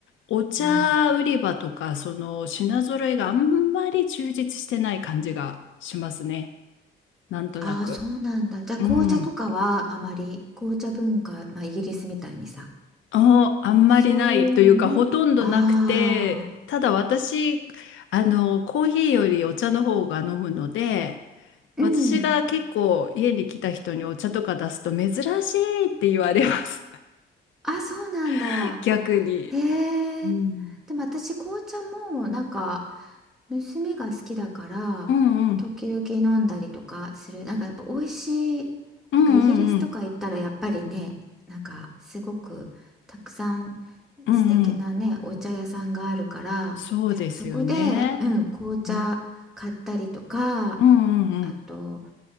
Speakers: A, on the left (about 75°); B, in the centre.
A: お茶売り場とか、
B: うん
A: その品揃えがあんまり充実してない感じがしますね。なんとなく。
B: ああ、そうなんだ。じゃあ紅茶とかはあまり、
A: うん。
B: 紅茶文化、まあイギリスみたいにさ、
A: あ、あんまりないというか、
B: そういうのも、
A: ほとんどなくて、
B: ああ
A: ただ私、あの、コーヒーよりお茶の方が飲むので、
B: うん
A: 私が結構家に来た人にお茶とか出すと珍しいって言われます。
B: あ、あ、そうなんだ。
A: <laughs> 逆に。
B: へえ、
A: うん。
B: でも私紅茶もなんか娘が好きだから時々飲んだりとかするなんかやっぱ美味しいなんかイギリスとか行ったらやっぱりねなんかすごくたくさん
A: うんうん。うんうんうん。うんうん。
B: 素敵なねお茶屋さんがあるから
A: そうですよね。
B: そこで、うん、紅茶買ったりとか
A: うんうんうん
B: あと